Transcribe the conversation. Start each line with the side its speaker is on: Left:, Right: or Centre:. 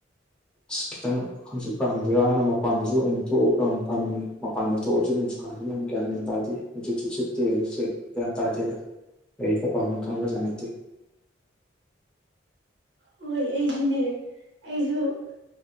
Centre: ꯑꯁ ꯈꯤꯇꯪ ꯍꯪꯆꯠꯄ ꯍꯪꯖꯤꯔꯅ ꯃꯄꯥꯟꯗꯁꯨ ꯑꯃꯨꯛ ꯊꯣꯛꯑꯒ ꯑꯃꯨꯛ ꯐꯪꯉꯤ ꯃꯄꯥꯟꯗ ꯊꯣꯛꯑꯁꯨ ꯅꯨꯡꯁꯥꯁꯤꯅ ꯑꯃꯨꯛ ꯒ꯭ꯌꯥꯟ ꯃ꯭ꯌꯥ ꯇꯥꯦ ꯆ ꯆꯤ ꯎꯆꯦ ꯌꯥꯝ ꯇꯗꯗ ꯑꯩ ꯀ ꯄꯪ ꯀ ꯑꯃꯗꯤꯦ
Right: ꯍꯣꯏ ꯑꯩꯁꯨꯅꯦ ꯑꯩꯁꯨ